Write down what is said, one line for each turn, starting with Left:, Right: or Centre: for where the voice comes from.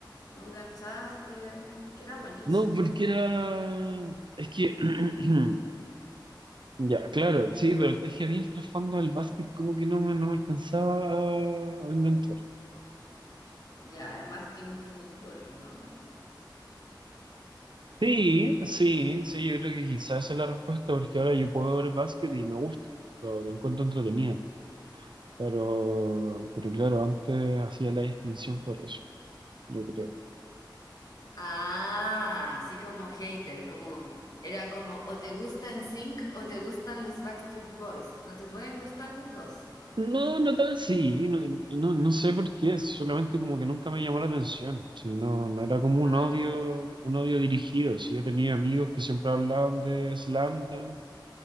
Left: ¿No enganchaste? Que era buenísimo.
Right: No, porque era. Es que. <clears throat> Ya, claro, sí, pero es que a mí el trasfondo del básquet como que no me, no me alcanzaba a, a enganchar.
Left: Ya, es más team fútbol, ¿o ¿no?
Right: Sí, sí, sí, yo creo que quizás esa es la respuesta, porque ahora yo puedo ver básquet y me gusta. Lo, lo encuentro entretenido. Pero, pero claro, antes hacía la distinción por eso, yo creo.
Left: Ah, así como hater, como era como o te gustan Sync o te gustan los Backstreet Boys. No te pueden gustar los dos.
Right: No, no tan así, y no, y no, no sé por qué, solamente como que nunca me llamó la atención, si no, no era como un
Left: Ah,
Right: odio,
Left: ya.
Right: un odio dirigido, si yo tenía amigos que siempre hablaban de Slam Dunk,